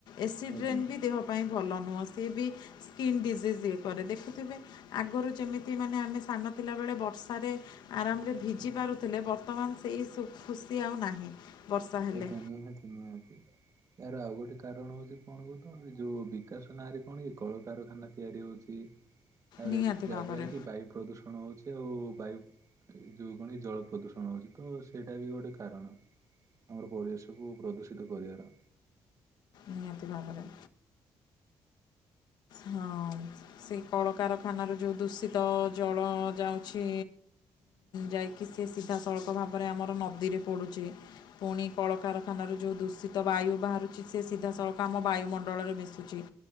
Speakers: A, on the left; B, on the right.
A: ଏସିଡ୍ରେ
B: ଆଜ୍ଞା
A: ରେନ ବି ଦେହ ପାଇଁ ଭଲ ନୁହଁ। ସିଏ ବି ସ୍କିନ୍ ଡିଜିଜ୍ ଇଏ କରେ ଦେଖୁଥିବେ। ଆଗରୁ ଯେମିତି ମାନେ ଆମେ ସାନ ଥିଲାବେଳେ ବର୍ଷାରେ ଆରାମରେ ଭିଜି ପାରୁଥିଲେ ବର୍ତ୍ତମାନ ସେଇ ସୁ ଖୁସି ଆଉ ନାହିଁ। ବର୍ଷା ହେଲେ
B: ଆଜ୍ଞା ନିହାତି ନିିହାତି। ଏହାର ଆଉ ଗୋଟେ କାରଣ ହଉଛି କଣ କହୁ ତ ଏ ଯୋଉ ବିକାଶ ନାଁରେ କଣ କି କଳକାରଖାନା ତିଆରି ହଉଛି। ତାପରେ
A: ନିହାତି
B: ଯାହାଦ୍ଵାରା
A: ଭାବରେ
B: କି ବାୟୁ ପ୍ରଦୂଷଣ ଷଣ ହେଉଛି ଆଉ ବାୟୁ ଯେଉଁ କଣ ଜଳ ପ୍ରଦୂଷଣ ହେଉଛି ତ ସେଇଟା ବି ଗୋଟେ କାରଣ। ଆମର ପରିବେଶକୁ ପ୍ରଦୂଷିତ କରିବାର
A: ନିହାତି ଭାବରେ। ହଁ ସେ କଳକାରଖାନାରୁ ଯେଉଁ ଦୂଷିତ ଜଳ ଯାଉଛି। ଯାଇକି ସେ ସିଧାସଳଖ ଭାବରେ ଆମର ନଦୀରେ ପଡ଼ୁଛି। ପୁଣି କଳକାରଖାନାରୁ ଯେଉଁ ଦୂଷିତ ବାୟୁ ବାହାରୁଛି ସେ ସିଧାସଳଖ ଆମ ବାୟୁମଣ୍ଡଳରେ ମିଶୁଛି।